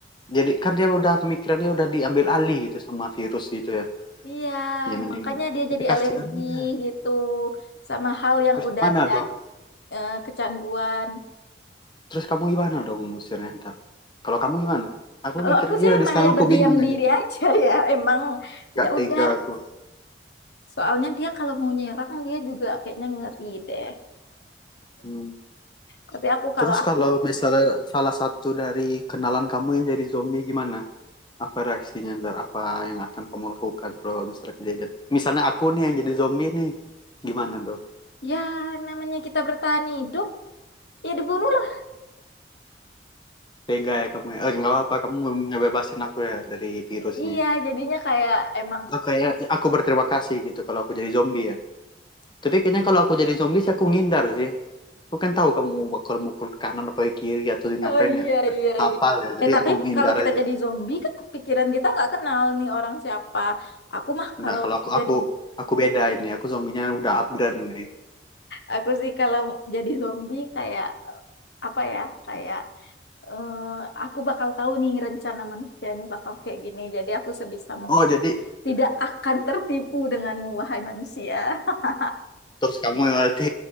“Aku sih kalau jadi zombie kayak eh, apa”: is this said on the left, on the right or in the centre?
Left